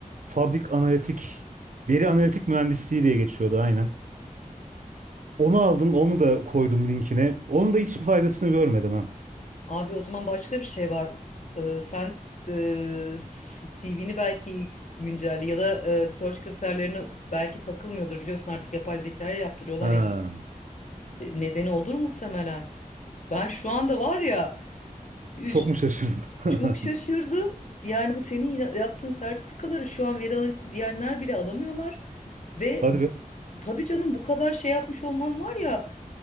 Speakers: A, on the right; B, on the left.
A: Fabrik analitik, veri analitik mühendisliği diye geçiyordu aynen. Onu aldım, onu da koydum linkine. Onun da hiç faydasını görmedim ha.
B: abi o zaman başka bir şey var. Ee, sen e, CV'ni belki güncelle ya da e, search kriterlerine belki takılmıyordur. Biliyorsun artık yapay zekaya yaptırıyorlar
A: Ha,
B: ya. E, Nedeni odur muhtemelen. Ben şu anda var ya üf,
A: çok mu şaşırdın?
B: çok şaşırdım.
A: <laughs>
B: Yani bu senin ya- yaptığın sertifikaları şu an veri analizi diyenler bile alamıyorlar. Ve
A: Hadi be.
B: tabii canım bu kadar şey yapmış olman var ya.